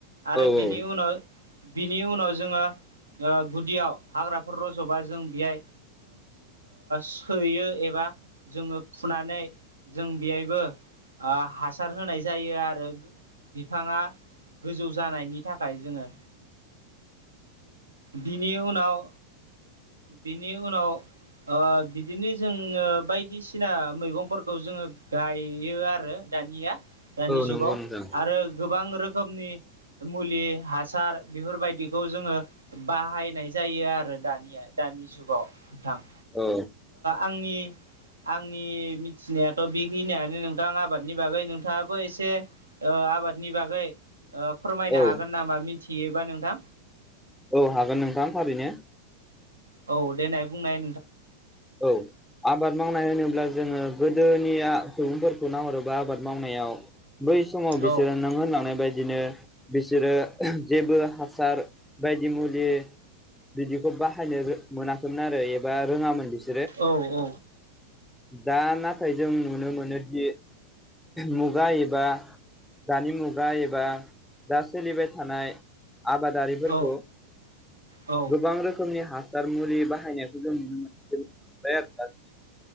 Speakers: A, on the right (about 75°); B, in the centre.
A: आरो
B: औ
A: बिनि
B: औ
A: उनाव बिनि उनाव जोङो। गुदियाव हाग्राफोर रज'बा जों बेहाय सोयो एबा जोङो फुनानै जों बेहायबो हासार होनाय जायो आरो। बिफाङा गोजौ जानायनि थाखाय जोङो। बिनि उनाव बिनि उनाव बिदिनो जोङो बायदिसिना मैगंफोरखौ जोङो गायो आरो। दानिया दानि
B: नंगौ
A: जुगाव
B: नोंथां
A: आरो गोबां रोखोम। रोखोमनि मुलि हासार बेफोरबादिखौ जोङो बाहायनाय जायो आरो दानिया दानि जुगाव नोंथां।
B: औ।
A: आंनि आंनि मिथिनायाथ' बिखिनिानो नोंथां आबादनि बागै नोंथाङाबो एसे ओ आबादनि बागै फोरमायनो
B: औौ
A: हागोन नामा मिथियोबा नोंथां
B: औ हागोन नोंथां थारैनो।
A: औ देनाय बुंनाय।
B: औ। आबाद मावनाय होनोब्ला जोङो गोदोनिया सुबुंफोरखौ नाहरोबा आबाद मावनायाव। बै समाव
A: औ
B: बिसोरो नों होनलांनाय बादिनो। बिसोरो जेबो हासार बायदि मुलि बिदिखौ बाहायनो मोनाखैमोन आरो एबा रोङामोन बिसोर
A: औ औ।
B: दा नाथाय जों नुनो मोनोदि। मुगा एबा दानि मुगा एबा दा सोलिबाय थानाय आबादारिफोरखौ
A: औ औ
B: गोबां रोखोमनि हासार सार मुलि बाहायनायखौ जों नुनो मोन मोनबाय आरो दा